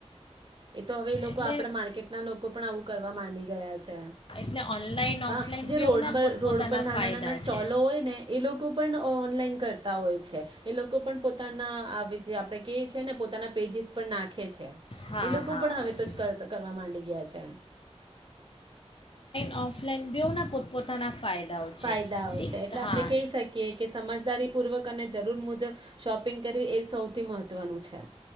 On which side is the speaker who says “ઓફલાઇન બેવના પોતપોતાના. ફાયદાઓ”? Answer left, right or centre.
Left